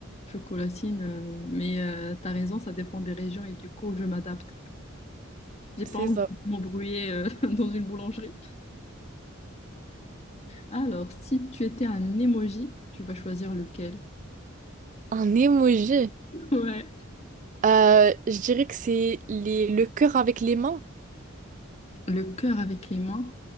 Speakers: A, on the left; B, on the right.
A: Chocolatine, euh, mais euh, t'as raison, ça dépend des régions et du coup, je m'adapte. J'ai
B: C'est
A: pas envie
B: ça.
A: de m'embrouiller euh, <laughs> dans une boulangerie. Alors, si tu étais un emoji, tu vas choisir lequel?
B: Un emoji.
A: Ouais.
B: Euh, je dirais que c'est les... le cœur avec les mains.
A: Le cœur avec les mains.